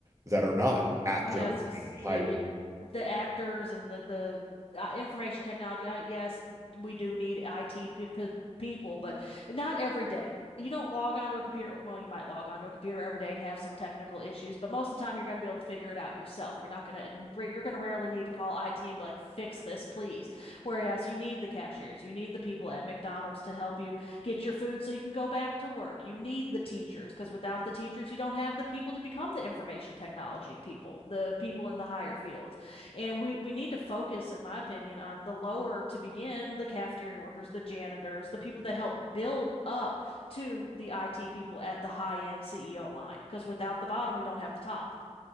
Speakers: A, on the right; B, on the left.
A: that are not actor
B: Yeah, I was gonna say
A: and high.
B: you the actors and the the uh, information technology. Uh, yes, we do need IT pe pe people, but not every day. You don't log onto a computer. Well, you might log onto a computer every day and have some technical issues, but most of the time you're going to be able to figure it out yourself. You're not going to you're going to rarely need to call IT and be like, "Fix this, please." Whereas you need the cashiers, you need the people at McDonald's to help you get your food so you can go back to work. You need the teachers because without the teachers, you don't have the people to become the information technology people, the people in the higher fields. And we, we need to focus, in my opinion, on the lower to begin, the cafeteria workers, the janitors, the people that help build up to the IT people at the high end CEO line. Because without the bottom, we don't have the top.